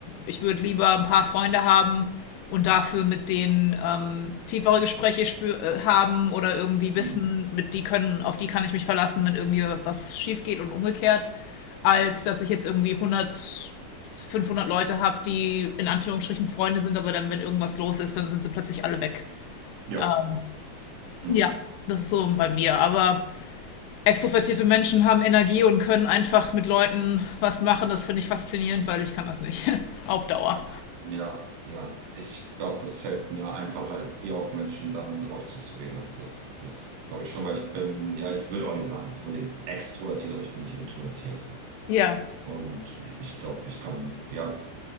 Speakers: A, on the left; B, on the right.
A: ich würde lieber ein paar Freunde haben und dafür mit denen ähm, tiefere Gespräche spür äh, haben oder irgendwie
B: Mhm.
A: wissen, mit die können, auf die kann ich mich verlassen, wenn irgendwie was schief geht und umgekehrt, als dass ich jetzt irgendwie 100, 500 Leute habe, die in Anführungsstrichen Freunde sind, aber dann, wenn irgendwas los ist, dann sind sie plötzlich alle weg.
B: Ja.
A: Ähm,
B: Mhm.
A: ja, das ist so bei mir. Aber extrovertierte Menschen haben Energie und können einfach mit Leuten was machen. Das finde ich faszinierend, weil ich kann das nicht. <laughs> Auf Dauer.
B: Ja, ja. Ich glaube, das fällt mir einfacher, als dir auf Menschen dann drauf zuzugehen. Das, das, das glaube ich schon, weil ich bin, ja, ich würde auch nicht sagen, so unbedingt extrovertiert, aber ich bin nicht introvertiert.
A: Ja,
B: Und ich glaube, ich kann, ja,